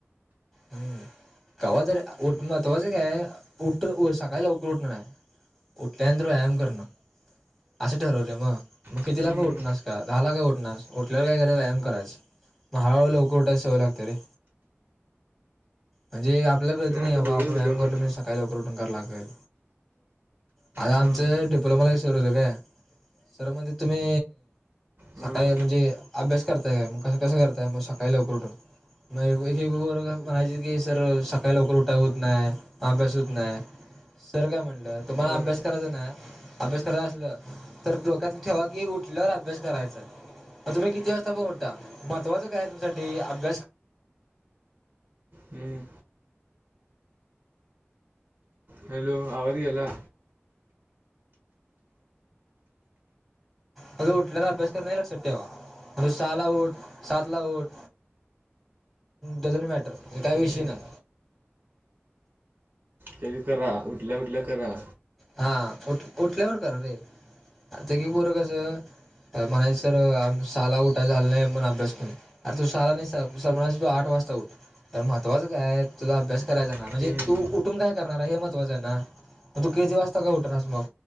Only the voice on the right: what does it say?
हम्म
आता बघूया
उद्यापासून
हां
हां
हां
हूं.. हॅलो, आवाज गेला.
हम्म
ते बी करा, उठल्या -उठल्या करा.
हम्म